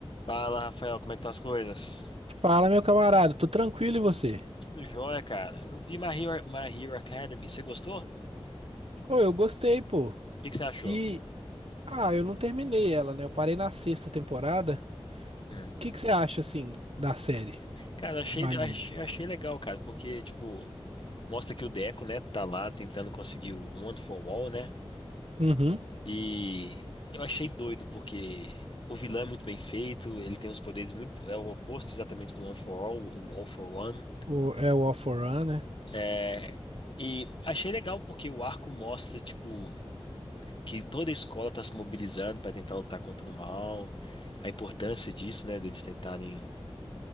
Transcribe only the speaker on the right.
Fala, meu camarada, tô tranquilo e você?
Ô, eu gostei, pô.
E, ah, eu não terminei ela, né? Eu parei na sexta temporada.
O que que você acha, assim, da série,
do anime?
Uhum.
O, é o All For One, né?